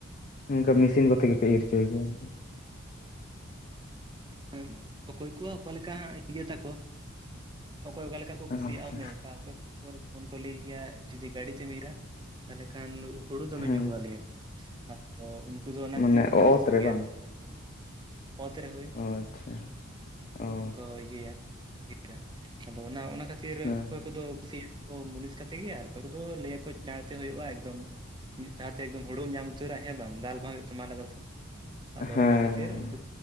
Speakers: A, on the left; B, on the right.
A: ᱚᱱᱠᱟ ᱢᱮᱥᱤᱱ ᱠᱚᱛᱮ ᱜᱮᱯᱮ ᱤᱨ ᱦᱚᱪᱚᱭ ᱜᱮᱭᱟ᱾
B: ᱮᱸ ᱠᱚᱣᱟᱜ ᱚᱠᱟ ᱞᱮᱠᱟ ᱦᱟᱜ ᱤᱭᱟᱹ ᱛᱟᱠᱚ᱾ ᱚᱠᱚᱭ ᱚᱠᱟ ᱞᱮᱠᱟ ᱠᱚ ᱠᱩᱥᱤᱭᱟᱜᱼᱟ
A: ᱟᱪᱪᱷᱟ
B: ᱚᱱᱮ ᱚᱠᱚᱭ ᱫᱚ ᱡᱮᱢᱚᱱ ᱠᱚ ᱞᱟᱹᱭ ᱜᱮᱭᱟ ᱡᱩᱫᱤ ᱜᱟᱹᱰᱤ ᱛᱮᱢ ᱤᱨᱟ ᱛᱟᱦᱚᱞᱮ ᱠᱷᱟᱱ ᱦᱳᱲᱩ ᱫᱚᱢᱮ
A: ᱦᱮᱸ
B: ᱧᱩᱨᱩᱣᱟ ᱞᱮᱭᱟ ᱠᱚ ᱟᱫᱚ ᱩᱱᱠᱩ ᱫᱚ ᱚᱱᱟ ᱠᱷᱟᱹᱛᱤᱨ
A: ᱢᱟᱱᱮ
B: ᱠᱚ ᱢᱩᱱᱤᱥ
A: ᱚᱛ
B: ᱠᱚᱜᱮᱭᱟ᱾
A: ᱨᱮ ᱵᱟᱝ
B: ᱚᱛ ᱨᱮ ᱦᱩᱭ
A: ᱚ ᱟᱪᱪᱷᱟ
B: ᱡᱠᱷᱚᱱ
A: ᱚ
B: ᱠᱚ ᱤᱭᱟᱹᱭᱟ ᱟᱫᱚ ᱚᱱᱟ ᱚᱱᱟ ᱠᱷᱟᱹᱛᱤᱨ
A: ᱦᱮᱸ
B: ᱚᱠᱚᱭ ᱠᱚᱫᱚ ᱠᱩᱥᱤᱭᱟᱜ᱾ ᱢᱩᱱᱤᱥ ᱠᱟᱛᱮ ᱜᱮ ᱟᱨ ᱞᱟᱹᱭᱟ ᱪᱟᱲᱛᱮ ᱦᱩᱭᱩᱜᱼᱟ ᱮᱠᱫᱚᱢ ᱢᱤᱜ ᱥᱟᱶᱛᱮ ᱮᱠᱚᱢ ᱦᱩᱲᱩᱢ ᱧᱟᱢ ᱩᱛᱟᱹᱨᱟ ᱦᱮ? ᱵᱟᱝ ᱫᱟᱞ ᱵᱟᱝ ᱦᱩᱭᱩᱜ ᱛᱟᱢᱟ ᱟᱞᱟᱫᱟᱛᱮ᱾ ᱟᱫᱚ
A: ᱦᱮᱸ
B: ᱚᱱᱟ ᱠᱷᱟᱛᱤᱨ ᱩᱱᱠ